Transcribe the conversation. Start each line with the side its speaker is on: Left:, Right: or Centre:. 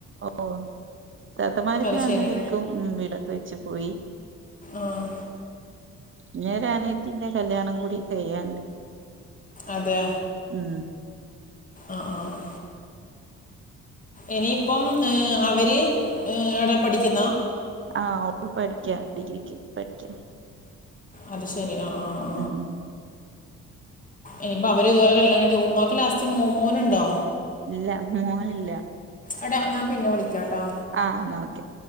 Right: ഓഹ് ഇത്താത്തമാരൊക്കെ
Left: അത്
Right: രണ്ടുപേര്ക്
Left: ശരി
Right: ഉം വീടൊക്ക വെച്ച് പോയി
Left: ആഹ്
Right: ഇഞ്ഞൊരനിയത്തിന്റെ കല്യാണം കൂടി കയ്യാണ്ട്
Left: അതെ
Right: ഉം
Left: ആഹ് ആഹ് ഇനീപ്പം ഏഹ് അവര് ഏ അടെ പഠിക്ക്ന്ന
Right: ആഹ് ഓള് പഠിക്ക ഡിഗ്രിക്ക് പഠിക്ക
Left: അത് ശരി ആഹ് ആഹ്
Right: ഉം ഉം
Left: ഇനിപ്പോ അവര് ഇതുപോലെ കല്യാണം കയിൻട്ട് ഉമ്മാക്ക് ലാസ്റ്റ് മൊ മോനിണ്ടോ
Right: ഇല്ല മോനില്ല
Left: എട ഞാൻ പിന്നെ വിളിക്കാട്ടോ
Right: ആഹ് ഇന്നാ ഓക്കെ